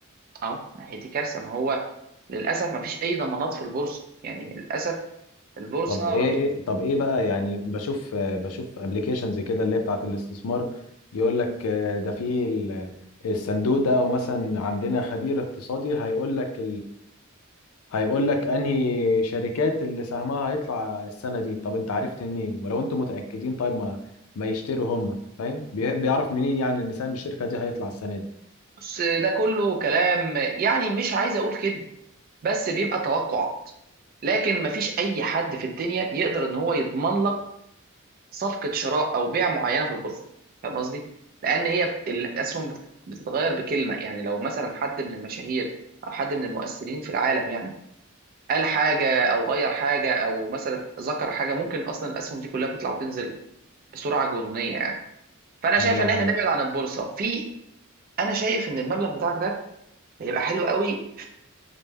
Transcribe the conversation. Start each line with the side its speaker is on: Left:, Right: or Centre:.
Right: اه ما هي دي كارثه ما هو للاسف ما فيش اي ضمانات في البورصه يعني للاسف البورصه
Left: طب ايه
Right: ما فيش
Left: ايه طب ايه بقى يعني بشوف آه، بشوف ابلكيشنز كده اللي هي بتاعت الاستثمار يقول لك آه، ده في ال- الصندوق ده او مثلا عندنا خبير اقتصادي هيقول لك هيقول لك انهي شركات اللي سهمها هيطلع السنه دي طب انت عرفت منين ولو انتم متاكدين طيب ما ما يشتروا هم فاهم بي- بيعرف منين يعني ان سهم الشركه دي هيطلع السنه دي
Right: بص ده كله كلام يعني مش عايز اقول كده بس بيبقى توقعات لكن ما فيش اي حد في الدنيا يقدر ان هو يضمن لك صفقة شراء أو بيع معينة في البورصة فاهم قصدي؟ لأن هي بت- الأسهم بت- بتتغير بكلمة يعني لو مثلا حد من المشاهير أو حد من المؤثرين في العالم يعني قال حاجة أو غير حاجة أو مثلا ذكر حاجة ممكن أصلا الأسهم دي كلها تطلع وتنزل بسرعة جنونية يعني فأنا
Left: يا
Right: شايف
Left: لهوي
Right: إن إحنا نبعد عن البورصة في أنا شايف إن المبلغ بتاعك ده هيبقى حلو قوي